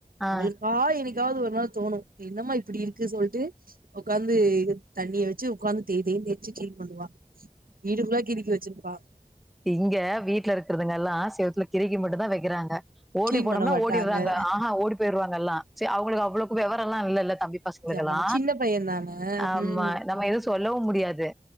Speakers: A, in the centre; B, on the right.
A: ஆ.
B: அவுள்க்கா என்னிக் காது ஒரு நாள் தோணு என்னமா இப்டி இருக்கு சொல்ட்டு உக்காந்து தண்ணிய வச்சு உக்காந்து தேய் தேய் தேச்சு கீளின் பண்ணுவா வீடு ஃபுல்லா கிறுக்கி வச்சிருப்பா
A: இங்க வீட்ல இருக்கிறதுங்க எல்லா செவுத்துல கிருகி மட்டு தா வக்கிறாங்க ஓடி
B: கிளீன்
A: போனோம்னா
B: பண்ண மாட்டாங்க
A: ஓடிர்றாங்க ஆஹா ஓடி போய்டுவாங்க எல்லா செர் அவுங்களுக்கு அவ்ளோக்கு விவரல்லா இல்லல்ல தம்பி பசங்களுக்
B: ஆமா
A: எல்லா
B: சின்ன பையந்தான
A: ஆமா
B: ம்
A: நம்ம எது சொல்லவு முடியாது